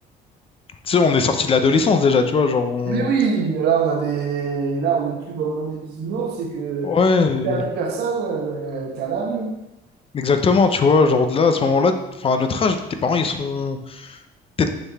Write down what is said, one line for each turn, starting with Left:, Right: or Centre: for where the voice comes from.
Left: Tu sais, on est sorti de l'adolescence déjà, tu vois, genre on...
Right: Eh bien oui, là, on a des... là, on n'est plus dans le monde des bisounours, c'est que
Left: Ouais,
Right: t'es à plus personne, euh, t'es à la rue.
Left: exactement, tu vois, genre de là, à ce moment-là, enfin, à notre âge, tes parents, ils sont peut-être...